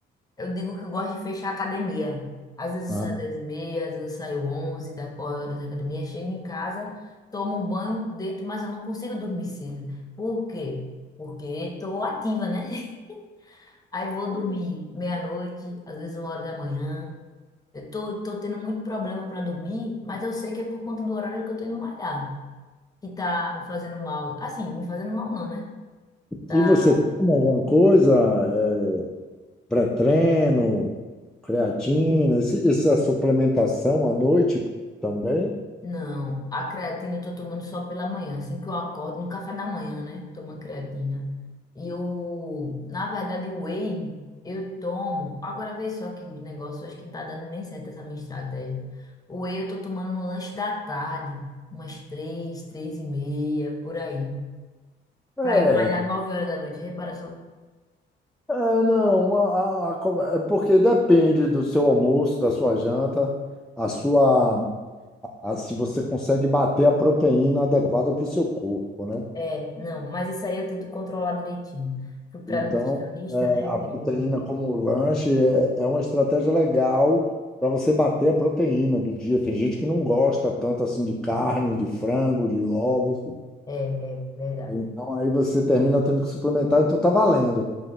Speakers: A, on the left (about 20°); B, in the centre.
A: Eu digo que eu gosto de fechar a academia. Às vezes
B: Ah.
A: eu saio 10 e meia, às vezes eu saio 11 da horas da academia, chego em casa, tomo banho, deito, mas eu não consigo dormir cedo. Por quê? Porque estou ativa, né? <laughs> Aí vou dormir meia-noite, às vezes uma hora da manhã. Eu tô, tô tendo muito problema para dormir, mas eu sei que é por conta do horário que eu tô indo malhar, que tá me fazendo mal. Assim, me fazendo mal não, né? tá
B: E você toma alguma coisa, eh, pré-treino, creatina, esse- essa suplementação à noite também?
A: Não, a creatina eu tô tomando só pela manhã, assim que eu acordo, no café da manhã, né? Toma creatina. E o, na verdade, o whey eu tomo. Agora vê só que negócio, acho que não tá dando nem certo essa minha estratégia. O whey eu tô tomando no lanche da tarde, umas três, três e meia, por aí.
B: É,
A: Pra ir malhar nove horas da noite, repara só.
B: É, não, a, a- a co- é porque depende do seu almoço, da sua janta, a sua, a- a- se você consegue bater a proteína adequada para o seu corpo, né?
A: É, não, mas isso aí eu tento controlar direitinho. Fui pra
B: Então,
A: nutricionista,
B: é,
A: né? E
B: a
A: tenho...
B: proteína como lanche é, é uma estratégia legal para você bater a proteína do dia. Tem gente que não gosta tanto assim de carne, de frango, de ovos.
A: É, é, verdade.
B: Então, aí você termina tendo que suplementar, então tá valendo.